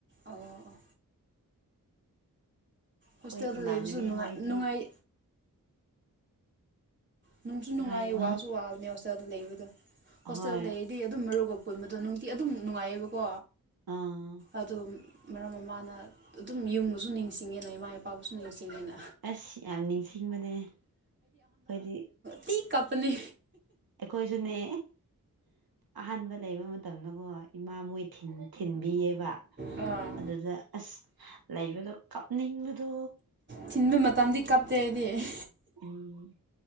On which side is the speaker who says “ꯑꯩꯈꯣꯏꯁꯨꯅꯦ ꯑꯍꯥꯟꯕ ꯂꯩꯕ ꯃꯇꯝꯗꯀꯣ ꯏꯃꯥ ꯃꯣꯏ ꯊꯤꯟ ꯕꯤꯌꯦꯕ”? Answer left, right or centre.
Right